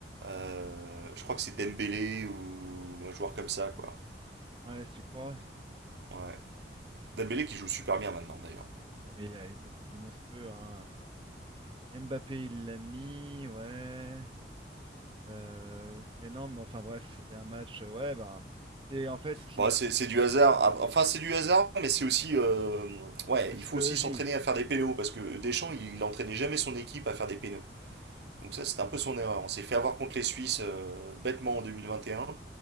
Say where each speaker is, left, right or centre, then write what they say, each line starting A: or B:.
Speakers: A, on the right; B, on the right.
A: Euh, Je crois que c'est Dembélé ou un joueur comme ça, quoi.
B: Ouais, si tu crois.
A: Ouais. Dembélé qui joue super bien maintenant, d'ailleurs.
B: Ah mais euh, il est, il est monstrueux, hein. Euh, Mbappé, il l'a mis, ouais. Euh, mais non, mais enfin bref, c'était un match, euh, ouais, ben. Et en fait, ce qui,
A: Bon,
B: m-
A: c'est c'est du hasard. Ah, Enfin, c'est du hasard, mais c'est aussi. euh, Ouais,
B: la psychologie,
A: il faut aussi s'entraîner à faire des pénaux parce que Deschamps, il, il entraînait jamais son équipe à faire des pénaux. Donc ça, c'était un peu son erreur. On s'est fait avoir contre les Suisses euh, bêtement en 2021.